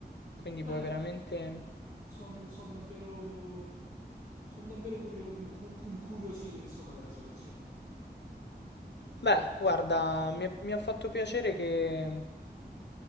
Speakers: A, on the left; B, on the right.
A: quindi
B: Bene.
A: puoi veramente...
B: Sono davvero, son davvero curio- incu- incuriosito, insomma, della situazione.
A: Beh, guarda, mi, è- mi ha fatto piacere che...